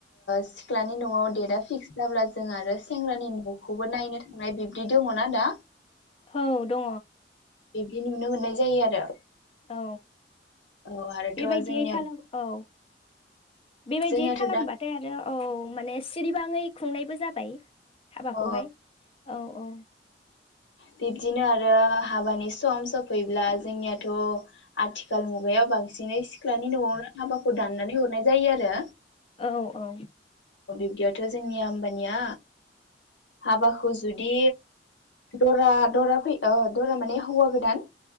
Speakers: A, on the left; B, on the left.
A: सिख्लानि न'आव डेटआ फिक्स जाब्ला जों आरो सेंग्रानि न'खौबो नायनो थांनाय बिब्दि दङना दा?
B: औ दङ।
A: बिब्दि नुनो मोननाय जायो आरो
B: औ।
A: औ आरोथ'
B: बेबायदियै
A: जोंनिया
B: खालाम औ बेबायदियै
A: जोंनियाथ'
B: खालामबाथाय
A: दा
B: आरो औ माने सिरिबाङै खुंनायबो जाबाय। हाबाखौहाय
A: अ
B: औ औ
A: बिब्दिनो आरो हाबानि सम सफैब्ला जोंनियाथ' आथिखाल मुगायाव बांसिन दिनै सिख्लानि न'आवनो हाबाखौ दाननानै हरनाय जायो आरो।
B: औ औ
A: बिब्दियावथ' जोंनि आमबानिया हाबाखौ जुदि दरा दरा फै ओ दरा माने हौवा गोदान